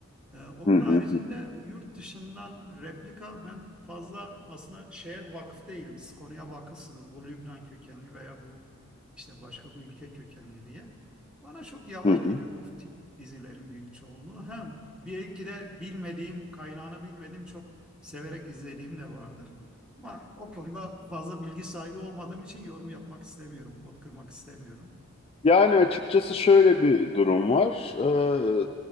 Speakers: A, in the centre; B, on the left (about 25°).
A: ee, onun
B: hı hı,
A: haricinde yurt dışından replika ben fazla aslında şeye vakıf değilim. Siz konuya vakıfsınız. Bu Lübnan kökenli veya bu işte başka bir ülke kökenli diye. Bana çok yavan
B: hı hı.
A: geliyor o tip dizilerin büyük çoğunluğu. Hem belki de bilmediğim, kaynağını bilmediğim çok severek izlediğim de vardır. Ama o konuda fazla bilgi sahibi olmadığım için yorum yapmak istemiyorum, pot kırmak istemiyorum
B: Yani açıkçası şöyle bir durum var. Ee,